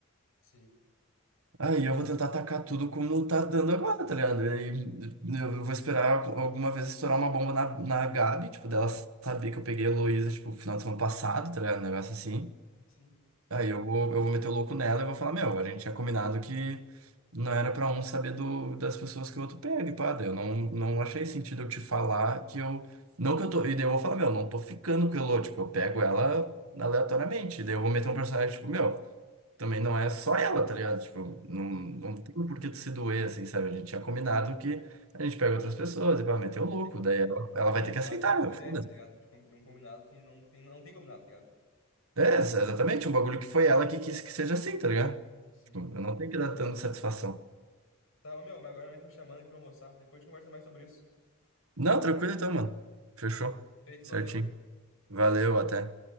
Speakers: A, on the left (about 70°); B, on the right (about 80°).
A: Sim.
B: Aí eu vou tentar atacar tudo como tá dando agora, tá ligado? E aí eu vou esperar algu- alguma vez estourar uma bomba na, na Gabi, tipo, dela saber que eu peguei a Heloísa, tipo, no final de semana passado, tá ligado? Um negócio assim.
A: Sim.
B: Aí eu vou, eu vou meter o louco nela e vou falar, meu, a gente tinha combinado que não era pra um saber do, das pessoas que o outro pega, e pá, daí eu não, não achei sentido eu te falar que eu. Não que eu tô. E daí eu vou falar, meu, não tô ficando com a Elo, tipo, eu pego ela aleatoriamente. E daí eu vou meter um personagem, tipo, meu também não é só ela, tá ligado? Tipo, não,
A: Sim.
B: não tem por que tu se doer, assim, sabe? A gente tinha combinado que a gente pega outras pessoas e vai meter o
A: É,
B: louco,
A: tem-
B: daí ela, ela
A: Tem
B: vai
A: que
B: ter
A: se
B: que
A: basear
B: aceitar,
A: nessa
B: meu,
A: ideia,
B: foda-se.
A: tá ligado? De um de um combinado que não tem, não tem combinado, tá ligado?
B: É, exatamente, um bagulho que foi ela que quis que seja assim, tá ligado?
A: Sim.
B: Tipo, eu não tenho que dar tanta satisfação.
A: Tá, ô meu, mas agora a mãe tá me chamando aqui pra almoçar. Depois a gente conversa mais sobre isso.
B: Não, tranquilo então, mano. Fechou.
A: Feito,
B: Certinho.
A: valeu.
B: Valeu, até.